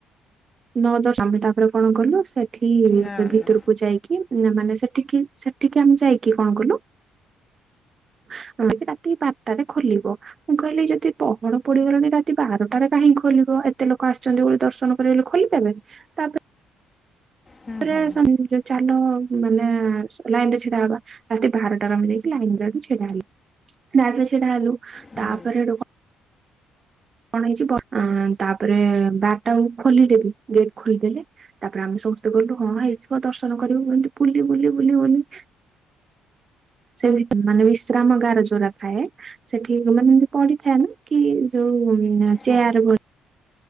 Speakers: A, on the right; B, on the left.
A: ନ ଦଶ ଆମେ ତାପରେ କଣ କଲୁ ସେଠି
B: ନା
A: ସେ ଭିତରକୁ
B: ନା
A: ଯାଇକି ପିଲାମାନେ ସେଠିକି ସେ ଠିକି ଆମେ ଯାଇକି କଣ କଲୁ <unintelligible> ରାତି ବାରଟାରେ ଖୋଲିବ। ମୁଁ କହିଲି ଯଦି ପହଡ ପଡିଗଲାଣି ରାତି ବାରଟାରେ କାହିଁକି ଖୋଲିବ ଏତେ ଲୋକ ଆସିଚନ୍ତି ବୋଲି ଦର୍ଶନ ତାପରେ ଖୋଲିପାରଲେ ତାପରେ
B: ହଁ ହଁ
A: ରେ ସମୁଦ୍ର ଚାଲ ମାନେ ଲାଇନରେ ଛିଡା ହବା ରାତି ବାରଟାରେ ଆମେ ଯାଇକି ଲାଇନରେ ହେଠୁ ଛିଡାହେଲୁ। ଲାଇନରେ ଛିଡା ହେଲୁ
B: ହୁଁ
A: ତାପରେ ହେଠୁ କ କଣ ହେଇଚି ଗ ଅ ତାପରେ ବାରଟାବେଳକୁ ଖୋଲିଦେବି ଗେଟ ଖୋଲିଦେଲେ। ତାପରେ ଆମେ ସମସ୍ତେ କହିଲୁ ହଁ ହେଇଯିବ ଦର୍ଶନ କରିବୁ କେମତି ବୁଲି ବୁଲି ବୁଲି ବୁଲି। ସେ ବି ମାନେ ବିଶ୍ରାମଗାର ଯୋଉରା ଥାଏ ସେଠି ମାନେ ଏମତି ପଡିଥାଏ ନା? କି ଯୋଉ ନା
B: ହଁ
A: ଚେୟାର ଗୁ